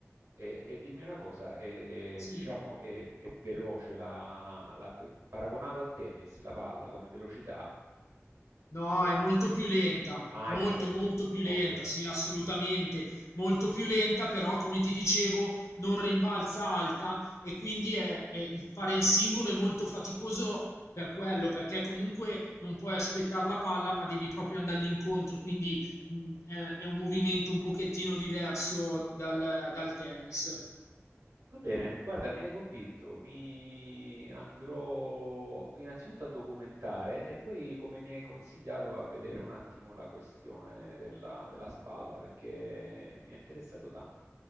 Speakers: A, on the right; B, on the left.
A: E, e dimmi una cosa, è,
B: Sì.
A: diciamo, è, è veloce la, la- la- paragonato al tennis, la palla come velocità?
B: No,
A: Eh,
B: è molto più lenta,
A: ah,
B: molto
A: è più lenta.
B: molto più lenta,
A: Ok.
B: sì, assolutamente, molto più lenta, però come ti dicevo non rimbalza alta e quindi è- è- fare il singolo è molto faticoso per quello, perché comunque non puoi aspettare la palla, ma devi proprio andargli incontro, quindi mh, è, è un movimento un pochettino diverso dal dal tennis.
A: Va bene, guarda, mi hai convinto, mi andrò innanzitutto a documentare e poi, come mi hai consigliato, a vedere un attimo la questione della, della spalla perché mi è interessato tanto.